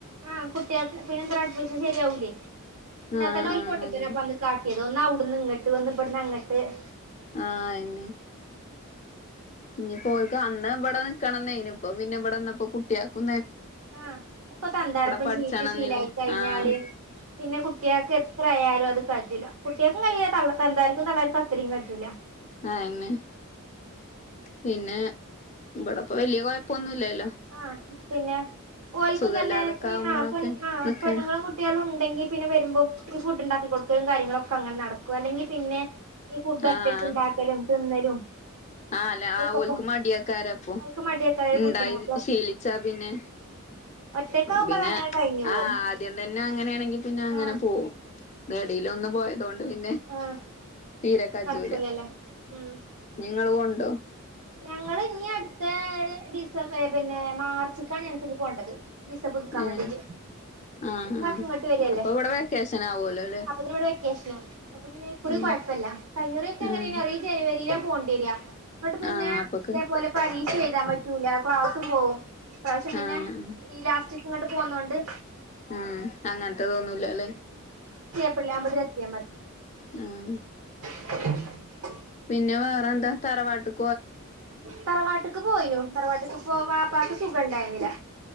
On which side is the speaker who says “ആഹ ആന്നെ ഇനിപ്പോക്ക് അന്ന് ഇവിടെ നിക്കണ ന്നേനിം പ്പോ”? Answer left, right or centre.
Left